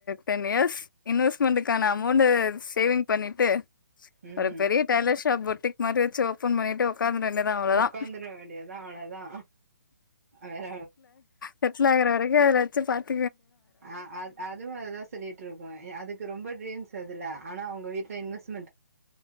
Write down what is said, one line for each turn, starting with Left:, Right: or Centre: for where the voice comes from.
Left: டென் இயர்ஸ் இன்வெஸ்ட்மெண்ட்டுக்கான அமௌண்டு சேவிங் பண்ணிட்டு
Right: ம்
Left: ஒரு பெரிய டெய்லர் ஷாப் போட்டு பொட்டிக் மாரி வச்சு ஓபன் பண்ணிட்டு உக்காந்துர வேண்டியதா அவ்ளோதா
Right: ஒக்காந்துரு வேண்டியதுதா அவ்வளதா வேற
Left: செட்டில்லா ஆகுற வரைக்கு அதுல வச்சு பாத்
Right: அ அ அதுவு அதுதா சொல்லிட்டு இருக்கு அதுக்கு ரொம்ப ட்ரீம்ஸ் அதுல ஆனா அவுங்க வீட்ல இன்வெஸ்ட்மெண்ட்